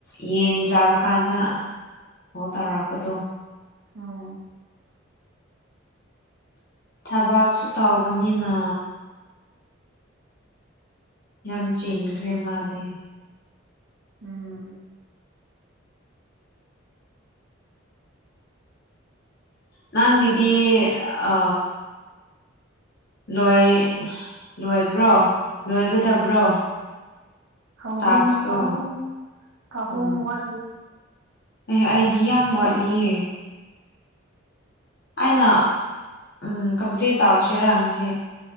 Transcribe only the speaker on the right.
ꯑ
ꯎꯝ
ꯑꯍꯣ
ꯑꯍꯣ ꯑꯍꯣ
ꯃ ꯋꯥꯗꯂꯤ